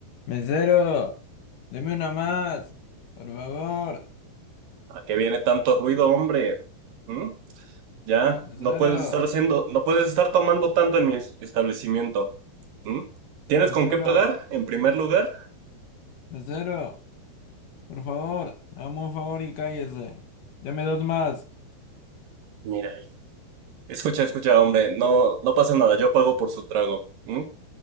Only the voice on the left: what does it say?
Mesero, deme una más, por favor.
Mesero,
mesero,
mesero, por favor, hazme un favor y cállese. Deme dos más.